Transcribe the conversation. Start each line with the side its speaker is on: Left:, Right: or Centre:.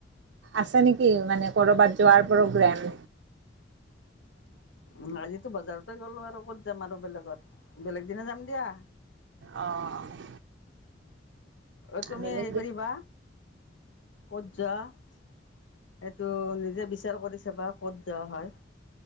Right: আছে নেকি মানে, কৰবাত যোৱাৰ প্ৰগ্ৰেম?
Left: উম, আজিতো বজাৰতে গ'লো আৰু ক'ত যাম, আৰু বেলেগত বেলেগ দিনা যাম দিয়া।
Right: অ'
Left: অ তুমি
Right: বেলেগ
Left: হেৰি কৰিবা। ক'ত যোৱা এইটো নিজে বিচাৰ কৰিছে বা ক'ত যোৱা হয়।